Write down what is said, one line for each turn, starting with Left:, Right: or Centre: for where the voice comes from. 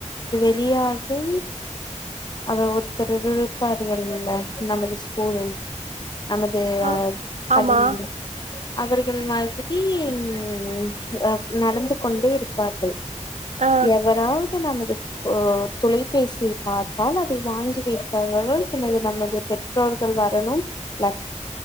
Left: பெரியார்கை அவர் ஒருத்தர் இருப்பார்கள்ல்ல நமது ஸ்கூலில் நமது
Right: ஆ ஆமா
Left: பணி அவர்கள் மாதிரி உம் ஆ நடந்து கொண்டே இருப்பார்கள்
Right: ஆ
Left: எவரா அது நமது தொ தொலைபேசியை பார்த்தால் அதை வாங்கி வைத்தவர்கள் அல்லது நமது பெற்றோர்கள் வரணு லெட்